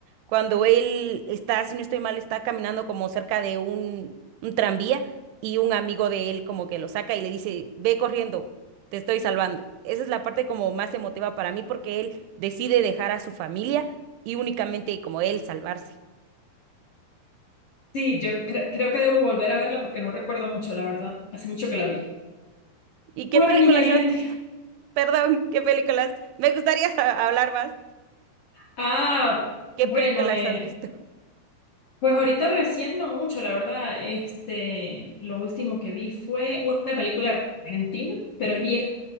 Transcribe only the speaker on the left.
Sí, yo cre- creo que debo volver a verla porque no recuerdo mucho, la verdad. Hace mucho que la vi.
Bueno,
niña Glendy.
Ah,
bueno,
eh,
Pues ahorita recién no mucho, la verdad. Este, lo último que vi fue una película argentina, pero es vieja.